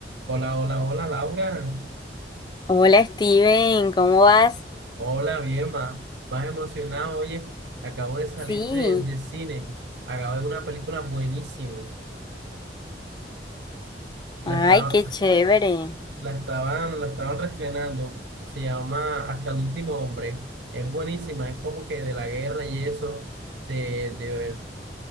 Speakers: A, on the right (about 75°); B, on the left (about 25°).
A: Hola, hola, hola, Laura.
B: Hola Steven, ¿cómo vas?
A: Hola, bien, más, más emocionado. Oye, acabo de salir
B: Sí,
A: de, de cine. Acabo de ver una película buenísima. La
B: ay,
A: estaba,
B: qué chévere.
A: la estaban, la estaban reestrenando. Se llama Hasta el último hombre. Es buenísima. Es como que de la guerra y eso, de, de